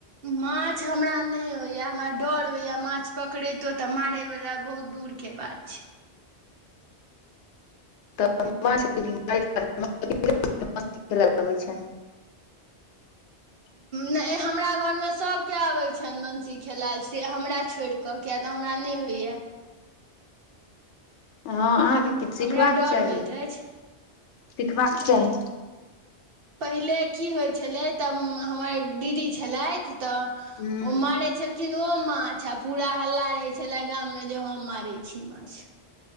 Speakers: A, on the right; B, on the left.
A: माछ हमरा नहि होइया हमरा डर होयया माछ पकड़ैतो तऽ मारे वाला बहुत दूर के बात छै।
B: <inaudible> <unintelligible> <inaudible>
A: नहि हमरा घरमे सभके आबै छनि बंसी खेलायल से हमरा छोड़िकऽ किया तऽ हमरा नहि होइएा।
B: हँ अहाँके किछु सिखबाक
A: हमरा डर
B: चाही
A: होइत अछि
B: सिखबाक चाही।
A: पहिले की होइत छलै तऽ हमर दीदी छलथि तऽ ओ
B: हूँ
A: मारे छलखिन लेकिन ओ माछ आ पूरा हल्ला रहे छले गाम मे जे हम मारै छी माछ।